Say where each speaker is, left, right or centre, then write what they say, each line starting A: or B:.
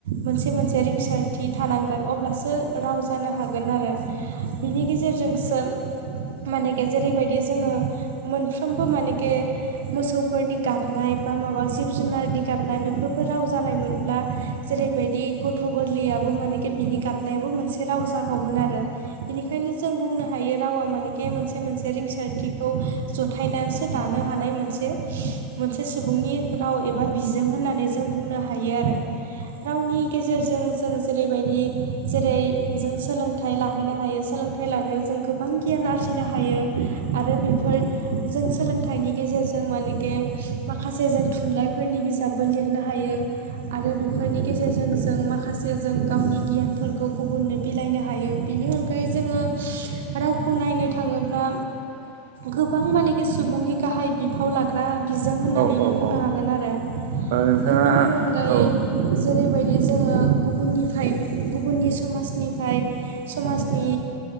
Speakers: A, on the right; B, on the right.
A: मोनसे मोनसे रिंसारथि थानांगोन अब्लासो राव जानो हागोन आरो बिनि गेजेरजोंसो मानेखे जेरैबायदि जोङो मोनफ्रोमबो मानेखे मोसौफोरनि गाबनाय बा माबा जिब जुनारनि गाबनाय बेफोरबो राव जानाय मोनब्ला जेरैबायदि गथ' गोरलैयाबो माने बिनि गाबनायाबो मोनसे राव जागौमोन आरो बेनिखायनो जों बुंनो हायो रावा माने बे मोनसे मोनसे रिंसारथिखौ जथायनानैसो दानो हानाय मोनसे मोनसे सुबुंनि राव एबा बिजों होननानै जों बुंनो हायो आरो रावनि गेजेरजों जों जेरैबायदि बि जेरै जों सोलोंथाइ लाहैनो हायो सोलोंथाइ लानायाव जों गोबां गियान आरजिनो हायो। आरो बेफोर जों सोलोंथाइनि गेजेरजों मानेके माखासे जों थुनलाइ फोरनि बिजाबबो लिरनो हायो आरो बेफोरनि गेजेरजों जों माखासे जों गावनि गियानफोरखौ गुबुननो बिलाइनो हायो। बिनि अनगायै जोङो रावखौ नायनो थाङोब्ला
B: <inaudible>
A: गोबां मानेखि सुबुंनि गाहाय बिफाव लाग ग्रा बिजों होननानैनो
B: औ
A: बुंनो
B: औ
A: हागोन आरो।
B: औ नोंथाङा
A: आरो बिनि अनगायै
B: औ
A: जेरैबायदि जोङो गुबुननिफ्राय गुबुननि समाजनिफ्राय समाजनि